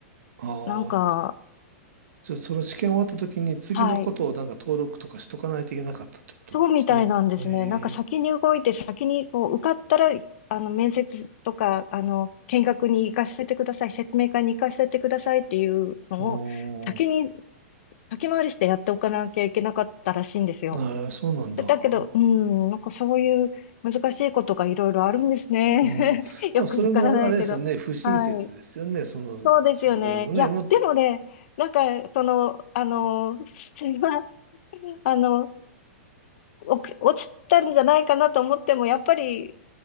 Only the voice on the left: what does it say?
なんか、
はい、そうみたいなんですね。
なんか先に動いて、先にこう受かったら、あの、面接とか、あの、見学に行かせてください、説明会に行かせてくださいっていうのを、
先に先回りしてやっておかなきゃいけなかったらしいんですよ。
でだけど、
うん、なんかそういう難しいことがいろいろあるんですね。
<laughs> よくわからないけど。
はい。
そうですよね。
いや、
でもね、なんか、その、あの、普通は、あの、お落ちたんじゃないかなと思っても、やっぱり、